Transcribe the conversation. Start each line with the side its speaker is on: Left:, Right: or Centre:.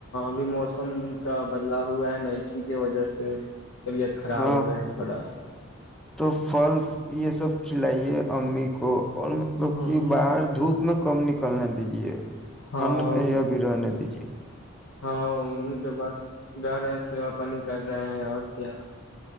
Left: بھی موسم کا بدلاؤ ہوا ہے نشی کی وجہ سے طبیعت خراب
Centre: ہاں
Left: ہو گئے ہیں تھوڑا
Centre: تو پھل یہ سب کھلائیے امی کو اور مطلب
Left: ہاں
Centre: کہ باہر دھوپ میں کم ن کرنے دیجیے
Left: ہاں
Centre: ٹھنڈ میں یا بھی رہنے دیجے
Left: ہاں ان کے پاس گ رہ سیوا پانی کر رہے ہیں اور کیا